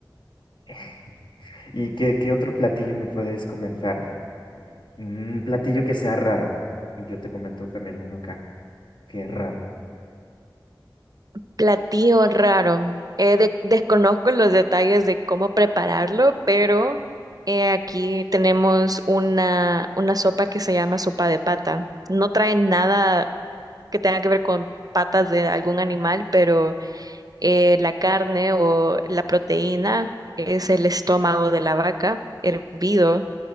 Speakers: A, on the left; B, on the right.
A: <laughs> ¿Y qué, qué otro platillo me puedes comentar? Un platillo que sea raro. Y yo te comento también uno acá, que es raro.
B: Platillo raro. Eh, de- desconozco los detalles de cómo prepararlo, pero eh, aquí tenemos una, una sopa que se llama sopa de pata. No trae nada que tenga que ver con patas de algún animal, pero eh, la carne o la proteína es el estómago de la vaca hervido